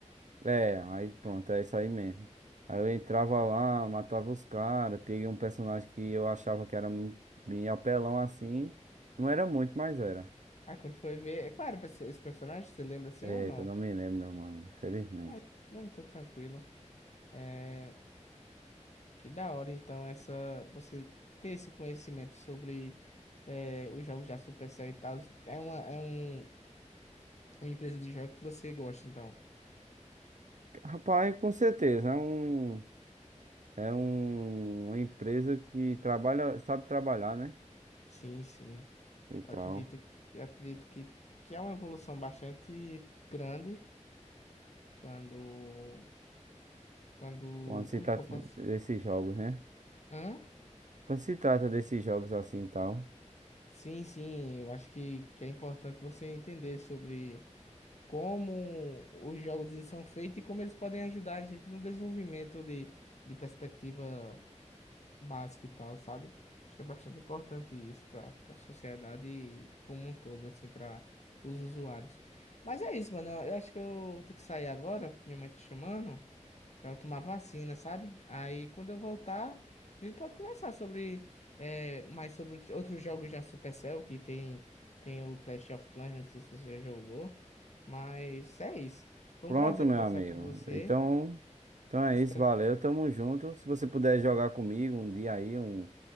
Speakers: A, on the right; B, on the left.
A: é, aí pronto, é isso aí mesmo. Aí eu entrava lá, matava os caras, peguei um personagem que eu achava que era m- meio apelão assim, não era muito, mas era.
B: Aí quando foi ver. É claro, esse esse personagem, você lembra assim
A: Eita,
B: ou não?
A: eu não me lembro, meu mano, infelizmente.
B: Mas não, tá tranquilo. É. Que da hora, então, essa. Você ter esse conhecimento sobre é, os jogos da Supercell e tal. É uma, é um. Uma empresa de jogos que você gosta, então.
A: Rapaz, com certeza, é um. É um, uma empresa que trabalha, sabe trabalhar, né?
B: Sim, sim.
A: E
B: Acredito,
A: tal.
B: acredito que, que é uma evolução bastante grande quando, quando,
A: Quando se
B: como
A: trata
B: é que eu posso?
A: desses jogos, né?
B: Hã?
A: Quando se trata desses jogos assim e tal.
B: Sim, sim. Eu acho que, que é importante você entender sobre como os jogos eles são feitos e como eles podem ajudar a gente no desenvolvimento de, de perspectiva básica e tal, sabe? Acho que é bastante importante isso para para a sociedade como um todo, assim, para os usuários. Mas é isso, mano. Eu acho que eu vou ter que sair agora, minha mãe tá chamando, para eu tomar vacina, sabe? Aí quando eu voltar, a gente pode conversar sobre é mais sobre outros outros jogos da Supercell, que tem, tem o Clash of Clans, não sei se você já jogou, mas é isso. Foi
A: Pronto,
B: um prazer
A: meu
B: conversar
A: amigo.
B: com você.
A: Então, então é
B: Espero
A: isso, valeu.
B: que
A: Tamo junto. Se você puder jogar comigo um dia aí, um,